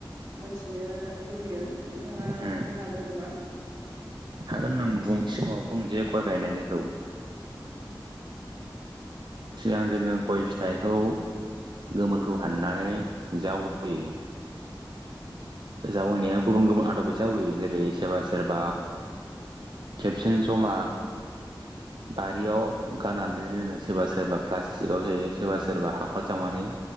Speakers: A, on the right; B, on the right.
A: मोन्थिनो लुबैदों। नोंथाङा
B: उम
A: खोन्थानो हागोन नामा?
B: हागोन होननानै बुं सिगाङाव बुं जे गय गायनायनिखौ। सिगां जोङो गय फिथाइखौ गोमोनखौ हाननानै जावैयो। जावैनाया गुबुन
A: औ
B: गुबुन आदबै जावयो जेरै सोरबा सोरबा खेबसेनो जमा
A: <inaudible>
B: बारियाव गारनानै दिनो सोरबा सोरबा प्लास्टिकआव सोयो सोरबा सोरबा हाखर जावनानै